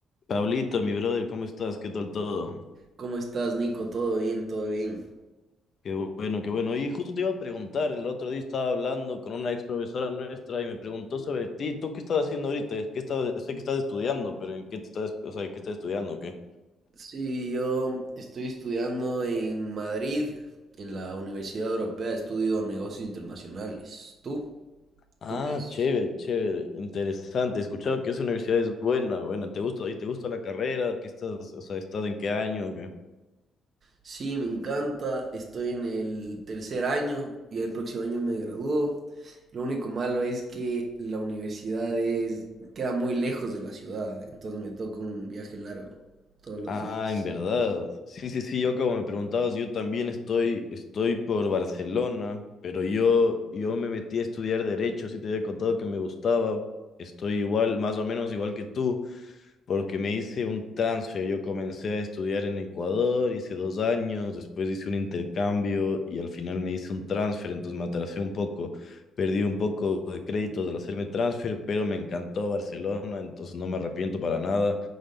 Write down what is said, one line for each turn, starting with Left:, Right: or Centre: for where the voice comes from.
Left: Pablito, mi brother, ¿cómo estás? ¿Qué tal todo?
Right: ¿Cómo estás, Nico? ¿Todo bien? ¿Todo bien?
Left: Qué bueno, qué bueno. Y justo te iba a preguntar, el otro día estaba hablando con una ex profesora nuestra y me preguntó sobre ti. ¿Tú qué estás haciendo ahorita? ¿Qué estás, sé que estás estudiando, pero ¿en qué te estás, o sea, qué estás estudiando o qué?
Right: Sí, yo estoy estudiando en Madrid, en la Universidad Europea, estudio negocios internacionales. ¿Tú?
Left: Ah,
Right: ¿Tú qué haces?
Left: chévere, chévere, interesante. He escuchado que esa universidad es buena, buena. ¿Te gusta? ¿Y te gusta la carrera? ¿Qué estás, o sea, estás en qué año o qué?
Right: Sí, me encanta, estoy en el tercer año y el próximo año me gradúo. Lo único malo es que la universidad es, queda muy lejos de la ciudad, entonces me toca un viaje largo todos los
Left: Ah,
Right: días.
Left: en verdad. Sí, sí, sí, yo como me preguntabas, yo también estoy, estoy por Barcelona, pero yo, yo me metí a estudiar derecho, sí te había contado que me gustaba. Estoy igual, más o menos igual que tú porque me hice un transfer. Yo comencé a estudiar en Ecuador, hice dos años, después hice un intercambio y al final me hice un transfer, entonces me atrasé un poco, perdí un poco de créditos al hacerme transfer, pero me encantó Barcelona, entonces no me arrepiento para nada.